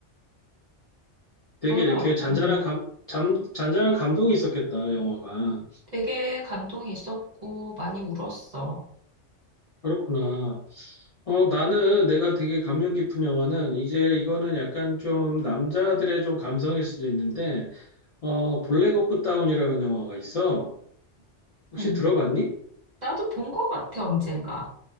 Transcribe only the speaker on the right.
너는
어-
음,
되게 감동이 있었고 많이 울었어.
음,
나도 본 것 같아, 언젠가.